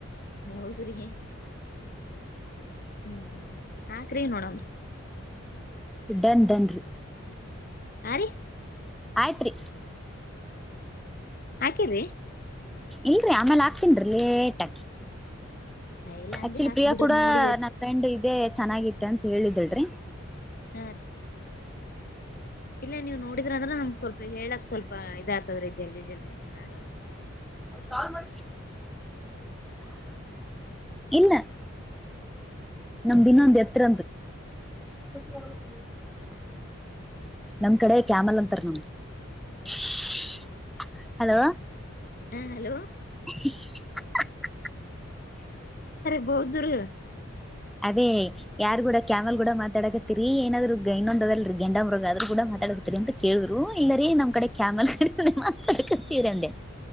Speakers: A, on the left; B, in the centre.
A: ಹೌದ್ರಿ ಹ್ಮ್ ಹಾಕ್ರೀ ನೋಡನ್
B: ಡನ್ ಡನ್ ರೀ
A: ಹಾ ರೀ
B: ಆಯ್ತ್ರಿ
A: ಹಾಕಿ ರೀ
B: ಇಲ್ರರಿ ಆಮೇಲ್ ಆಕ್ತೀನ್ರಿ ಲೇಟ್ ಆಕಿ
A: ಇಲ್ಲ ಹಂಗೆ
B: ಆಕ್ಚುಲಿ
A: ಹಾಕ್
B: ಪ್ರಿಯಾ
A: ಬಿಡ್ರಿ
B: ಕೂಡ
A: ನೋಡಿ
B: ನನ್ ಫ್ರೆಂಡ್ ಇದೇ ಚೆನ್ನಾಗಿತ್ತ ಅಂತ ಹೇಳಿದಳ್ರಿ.
A: ಹಾ <unintelligible> ಇಲ್ಲ ನೀವು ನೋಡಿದ್ರ ಅಂದ್ರೆ ನಮ್ಗ್ ಸ್ವಲ್ಪ ಹೇಳಕ್ ಸ್ವಲ್ಪ ಇದ ಆಗ್ತದ್ರೀ ಜಲ್ದಿ ಜಲ್ದಿ ಚನ್ನಗ
B: ಹ ಇಲ್ಲ ನಮ್ದಿನ್ನೊಂದು ಅಂದು ಎತ್ರ <unintelligible> ನಮ್ ಕಡೆ ಕ್ಯಾಮಲ್ ಅಂತಾರ ನಮ <unintelligible> ಹಲೋ
A: ಹಾ ಹಲೋ
B: <inaudible>
A: ಹೊದ್ರಿ
B: ಅದೇ ಯಾರ ಕೂಡ ಕ್ಯಾಮಲ್ ಕೂಡ ಮಾತಾಡಕತ್ತರಿ ಏನಾದ್ರು ಇನ್ನೊಂದದಲ ರಿ ಗೆಂಡ ಮೃಗ ಆದ್ರೂ ಕೂಡ <unintelligible> ಅಂತ ಕೇಳಿದ್ರು ಇಲ್ಲರೀ ನಮ್ ಕಡೆ ಕ್ಯಾಮಲ್ ಕಡೆೆ ಮಾತಾಡ್ಕತೀರಿಂದೆ